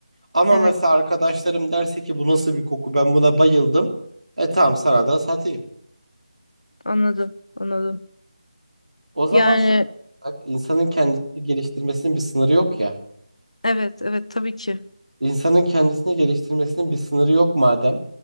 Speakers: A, on the right; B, on the left.
A: Ama
B: Evet,
A: mesela arkadaşlarım derse ki bu nasıl bir koku ben buna bayıldım. E tamam sana da satayım.
B: anladım, anladım.
A: O zaman
B: Yani
A: şöyle bak insanın kendisini geliştirmesinin bir sınırı yok ya.
B: evet, evet tabii ki.
A: İnsanın kendisini geliştirmesinin bir sınırı yok madem.